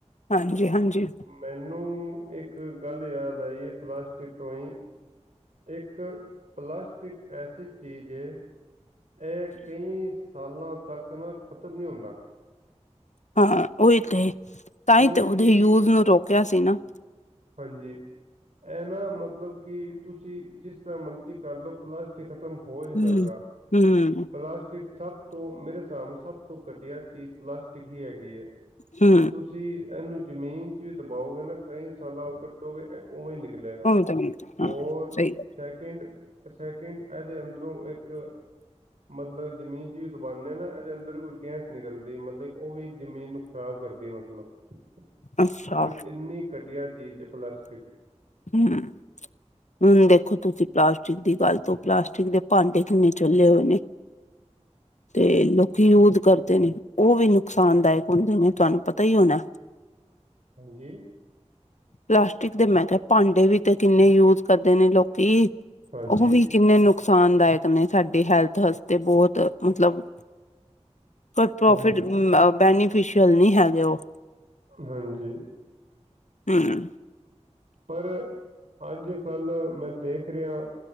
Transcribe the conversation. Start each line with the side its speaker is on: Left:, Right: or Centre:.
Left: ਹਾਂਜੀ- ਹਾਂਜੀ
Right: ਮੈਨੂੰ ਇੱਕ ਗੱਲ ਯਾਦ ਆਈ ਹੈ, ਪਲਾਸਟਿਕ ਤੋਂ ਹੀ ਇੱਕ, ਪਲਾਸਟਿਕ ਐਸੀ ਚੀਜ਼ ਹੈ ਇਹ ਕਈ ਸਾਲਾਂ ਤੱਕ ਨਾ, ਖ਼ਤਮ ਨਹੀਂ ਹੁੰਦਾ
Left: ਹਾਂ ਉਹੀ ਤੇ ਤਾਂ
Right: ਕਿਉਂਕਿ
Left: ਹੀ ਤੇ ਉਹਦੇ ਯੂਜ ਨੂੰ ਰੋਕਿਆ ਸੀ ਨਾ
Right: ਹਾਂਜੀ ਇਹ ਨਾ ਮਤਲਬ ਕਿ ਤੁਸੀਂ ਜਿਸ ਤਰ੍ਹਾਂ ਮਰਜ਼ੀ ਕਰ ਲਓ ਪਲਾਸਟ ਪਲਾਸਟਿਕ ਖਤਮ ਹੋ
Left: ਹੂੰ।
Right: ਨਹੀਂ ਸਕਦਾ ਪਲਾਸ
Left: ਹੂੰ
Right: ਪਲਾਸਟਿਕ ਸਭ ਤੋਂ, ਮੇਰੇ ਹਿਸਾਬ ਸਭ ਤੋਂ ਘਟੀਆ ਚੀਜ਼ ਪਲਾਸਟਿਕ ਹੀ ਹੈਗੀ
Left: ਹਮ।
Right: ਤੁਸੀਂ ਇਹਨੂੰ ਜ਼ਮੀਨ 'ਚ ਵੀ ਦਬਾਓਗੇ ਨਾ ਕਈ ਸਾਲਾਂਰ ਉਵੇਂ ਨਿਕਲੇਗਾ
Left: ਹੁਣ ਤਾਂ ਹਾਂ
Right: ਹੋਰ
Left: ਸਹੀ
Right: ਚੈੱਕ ਕਿੰਡ ਸੈਕਿੰਡ ਇਹਦੇ ਅੰਦਰੋਂ ਇੱਕ ਮਤਲਬ ਜਮੀਨ 'ਚ ਵੀ ਦਬਾਨਉਦੇ ਹਾਂ ਨਾ, ਇਹਦੇ ਅੰਦਰ ਕੋਈ ਗਹਿਸ ਨਿਕਲਦੀ ਮਤਲਬ ਉਹ ਵੀ ਜ਼ਮੀਨ ਨੂੰ ਖ਼ਰਾਬ ਕਰਦੀ ਮਤਲਬ
Left: ਗੱਲ। ਅੱਛਾ
Right: ਕੋਈ ਇੰਨੀ ਘਟੀਆ ਚੀਜ਼ ਹੈ ਪਲਾਸਟਿਕ
Left: ਹਮ। ਹੁਣ ਦੇਖੋ ਤੁਸੀਂ ਪਲਾਸਟਿਕ ਦੀ ਗੱਲ ਤੋਂ, ਪਲਾਸਟਿਕ ਦੇ ਭਾਂਡੇ ਕਿੰਨੇ ਚੁੱਲੇ ਹੋਏ ਨੇ
Right: <unintelligible>
Left: ਤੇ ਲੋਕੀ ਯੂਦ ਕਰਦੇ ਨੇ ਉਹ ਵੀ ਨੁਕਸਾਨਦਾਇਕ ਹੁੰਦੇ ਨੇ, ਤੁਹਾਨੂੰ ਪਤਾ ਹੀ ਹੋਣਾ
Right: <unintelligible> ਹਾਂਜੀ।
Left: ਪਲਾਸਟਿਕ ਦੇ ਮੈਂ ਭਾਂਡੇ ਵੀ ਤੇ ਕਿੰਨੇ ਯੂਜ ਕਰਦੇ ਨੇ ਲੋਕ। ਤੇ
Right: ਹਾਂਜੀ
Left: ਉਹ ਵੀ ਕਿੰਨੇ ਨੁਕ। ਨੁਕਸਾਨਦਾਇਕ ਨੇ ਸਾਡੇ ਹੈਲਥ ਵਾਸਤੇ ਬਹੁਤ ਮਤਲਬ। ਕੋਈ ਪ੍ਰੋਫਿਟ
Right: ਹਾਂਜੀ
Left: ਬੈਨੀਫਿਸ਼ੀਅਲ ਨਹੀਂ ਹੈਗੇ ਉਹ।
Right: ਹਾਂਜੀ।
Left: ਹਮ।
Right: ਪਰ ਅੱਜ, ਕੱਲ੍ਹ ਮੈਂ ਦੇਖ ਰਿਹਾਂ।